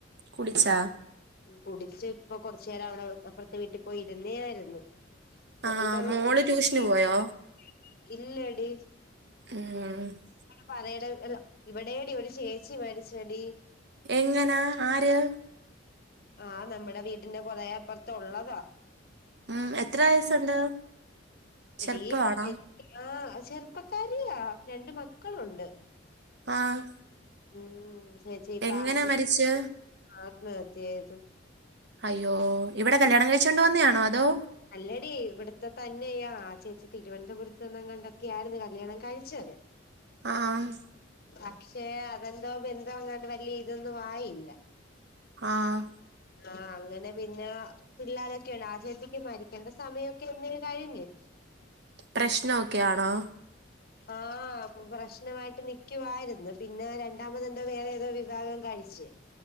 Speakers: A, on the right; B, on the left.
A: കുടിച്ചാ?
B: കുടിച്ച് ഇപ്പൊ കൊറച്ചു നേരം അവിടെ അപ്പുറത്തെ വീട്ടിൽ പോയി ഇരുന്നേ ആയിരുന്നു. കൊ
A: ആ
B: ഇവടെ <unintelligible>
A: മോള് ട്യൂഷന് പോയോ
B: ഇല്ലടി.
A: മ്മ്
B: <unintelligible> ഇവടേം ടി ഒരു ചേച്ചി മരിച്ചെടി
A: എങ്ങനാ ആര്?
B: ആഹ് നമ്മുടെ വീടിന്റെ കുറേ അപ്പുറത്തു ള്ളതാ.
A: ഉം എത്ര വയസ്സുണ്ട്? ചെറുപ്പമാണോ
B: എടീ ആഹ് ചെറുപ്പക്കാരിയാ രണ്ട് മക്കളുണ്ട്.
A: ആഹ്
B: ഉം ചേച്ചിപ്പത്
A: എങ്ങനെ മരിച്ച്
B: ആത്മഹത്യ ചെയ്തു.
A: അയ്യോ ഇവിടെ കല്യാണം കഴിച്ചു കൊണ്ട് വന്നെ ആണോ അതോ?
B: അല്ലടി ഇവിടത്തെ തന്നെയ ആ ചേച്ചി തിരുവനന്തപുരത്ത് ന്നെങ്ങാണ്ടെ ക്കെയ ആയിരുന്നു കല്യാണം കഴിച്ചത്.
A: ആഹ്
B: പക്ഷെ അതെന്താ ബൻന്തങ്ങാണ്ട് വലിയ ഇതൊന്നുവായില.
A: ആഹ
B: ആഹ അങ്ങനെ പിന്നെ പിള്ളേരൊക്കെയാണ് ആ ചേച്ചി. മരിക്കേണ്ട സമയൊക്കെ എന്നേ കഴിഞ്.
A: പ്രശ്ന ഒക്കെയാണോ?
B: ആഹ പ്രശ്നമായിട്ട് നിക്കുവായിരുന്നു പിന്നെ രണ്ടാമത് എന്തോ വേറെ ഏതോ വിവാഹം കഴിച്ച്.